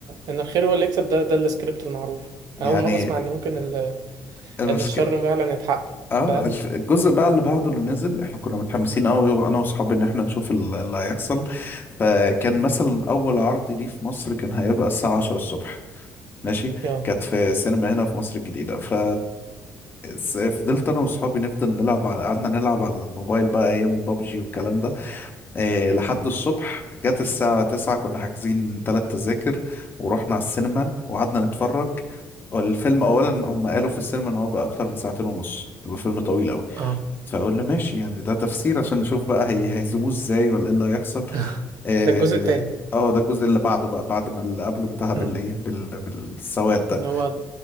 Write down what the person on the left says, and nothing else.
يعني
المشكلة
اه
الف- الجزء بقى اللي بعده اللي نزل احنا كنا متحمسين قوي انا واصحابي ان احنا نشوف ال- اللي هيحصل فكان مثلا اول عرض ليه في مصر كان هيبقى الساعة 10 الصبح ماشي
كانت في سينما هنا في مصر الجديدة ف س- فضلت انا واصحابي نفضل نلعب على قعدنا نلعب على الموبايل بقى ايام بابجي والكلام ده إيه لحد الصبح جت الساعة 9 كنا حاجزين ثلاث تذاكر ورحنا على السينما وقعدنا نتفرج والفيلم اولا هم قالوا في السينما ان هو بقى اكتر من ساعتين ونص الفيلم طويل قوي
فاقول له ماشي يعني ده تفسير عشان نشوف بقى هي هيهزموه ازاي ولا ايه اللي هيحصل
اه
آه، ده الجزء اللي بعده بقى بعد ما اللي قبله انتهى بالايه
بال... بالسواد
ده